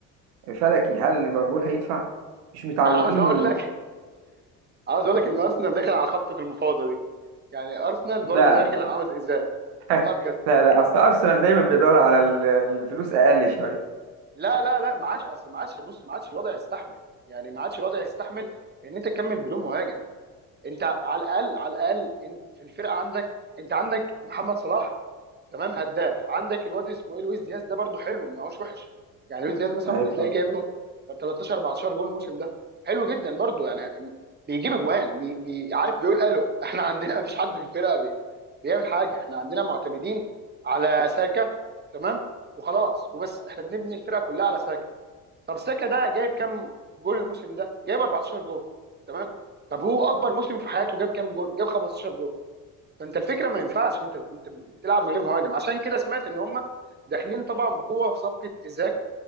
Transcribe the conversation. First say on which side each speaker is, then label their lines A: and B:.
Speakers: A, on the right (about 75°); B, on the right (about 25°).
A: فلكي هل ليفربول هيدفع؟ مش متعودين
B: انا عاوز اقول
A: من
B: لك عاوز اقول لك ان ارسنال داخل على خط في المفاوضه دي يعني ارسنال
A: لا
B: برضو داخل عاوز ايزاك
A: <laughs>
B: والله بجد
A: لا لا أصل أرسنال دايما بيدور على ال- الفلوس أقل شوية
B: لا لا لا ما عادش اصل ما عادش بص ما عادش الوضع يستحمل يعني ما عادش الوضع يستحمل ان انت تكمل بدون مهاجم انت على الاقل على الاقل ان- في الفرقه عندك انت عندك محمد صلاح تمام هداف عندك الواد اسمه ايه لويس دياز ده برده حلو ما هوش وحش يعني لويس دياز مثلا
A: أيوة
B: ممكن تلاقيه
A: طبعا.
B: جايب له 13 14 جول الموسم ده حلو جدا برده يعني بيجيب اجوان بي بي عارف بيقول الو <laughs> احنا عندنا مفيش حد في الفرقه بي بيعمل حاجه احنا عندنا معتمدين على ساكا تمام وخلاص وبس احنا بنبني الفرقه كلها على ساكا طب ساكا ده جايب كام جول الموسم ده جايب 14 جول تمام طب هو اكبر موسم في حياته جاب كام جول جاب 15 جول فانت الفكره ما ينفعش انت انت بتلعب من غير مهاجم عشان كده سمعت ان هم داخلين طبعا بقوه في صفقه ايزاك